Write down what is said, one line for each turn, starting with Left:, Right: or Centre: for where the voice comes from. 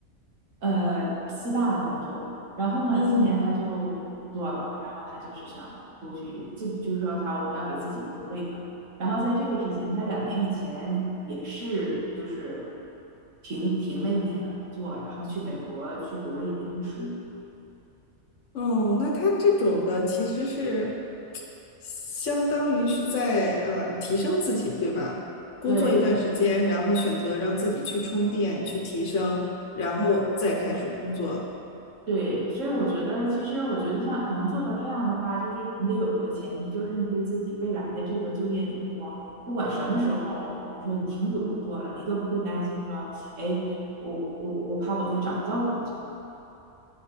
Right: 呃四大的工作。然后呢，
Left: 嗯，
Right: 今年她嗯就不做了，然后她就是想出去，这就是说她要给自己一个 break。然后在这个之前，她两年以前也是就是停停了一年的工作，然后去美国去读了一年的书。
Left: 哦，那他这种的其实是相当于是在呃提升自己，对吧？工作一段时间，
Right: 对。
Left: 然后选择让自己去充电、去提升，然后再开始工作。
Right: 对，所以我觉得，其实我觉得像能做到这样的话，就是你得有一个前提，就是你对自己未来的这个就业你不慌，不管什么时候，你说你停止工作了，你都不会担心说，哎，我我我怕我再找不到工作，